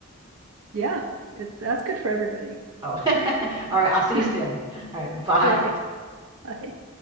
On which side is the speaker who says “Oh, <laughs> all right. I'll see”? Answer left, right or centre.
Right